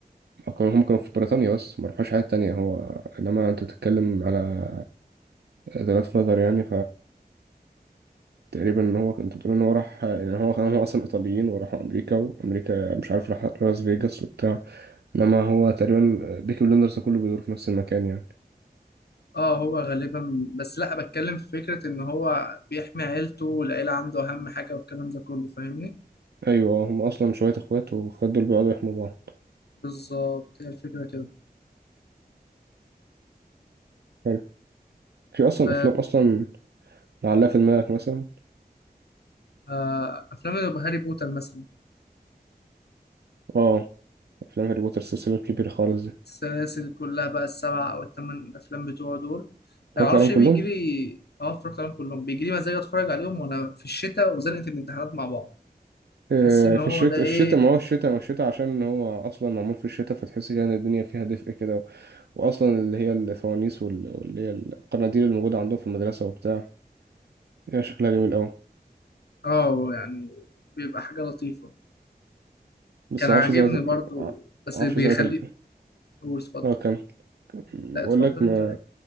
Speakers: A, on the right; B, on the left.
A: كانوا- هم كانوا في بريطانيا بس ما راحوش حتة تانية هو إنما أنت بتتكلم على ذا جاد فاذر يعني تقريبا ان هو انت بتقول ان هو راح ان هو كان هو اصلا ايطاليين وراحوا امريكا وامريكا مش عارف راح لاس فيجاس وبتاع انما هو تقريبا بيكي بلندرز ده كله بيدور في نفس المكان يعني
B: اه هو غالبا بس لا بتكلم في فكرة ان هو بيحمي عيلته والعيلة عنده اهم حاجة والكلام ده كله فاهمني
A: ايوه آه، هم اصلا شويه اخوات والاخوات دول بيقعدوا يحموا بعض
B: بالظبط هي الفكرة كده
A: حلو في اصلا
B: ف
A: افلام اصلا معلقه في دماغك مثلا
B: آه، افلام اللي هاري بوتر مثلا
A: اه افلام هاري بوتر السلسله الكبيره خالص دي
B: السلاسل كلها بقى السبع او الثمان افلام بتوعه دول
A: اتفرجت
B: ما اعرفش
A: عليهم كلهم
B: ايه بيجي لي اه اتفرجت عليهم كلهم بيجي لي مزاج اتفرج عليهم وانا في الشتاء وزنقة الامتحانات مع بعض
A: آه،
B: تحس ان
A: في
B: هو
A: الشتاء
B: ده ايه
A: الشتاء ما هو الشتاء ما الشتاء عشان هو اصلا معمول في الشتاء فتحس كده ان الدنيا فيها دفء كده واصلا اللي هي الفوانيس وال- واللي هي القناديل الموجوده عندهم في المدرسه وبتاع هي شكلها جميل أوي
B: اه يعني بيبقى حاجة لطيفة
A: بس
B: كان
A: معرفش
B: عاجبني
A: ازاي
B: برضو
A: ما
B: بس
A: معرفش
B: بيخلي
A: ازاي نت-
B: قول اتفضل
A: اه كم
B: لا
A: بقول
B: اتفضل
A: لك ما
B: انت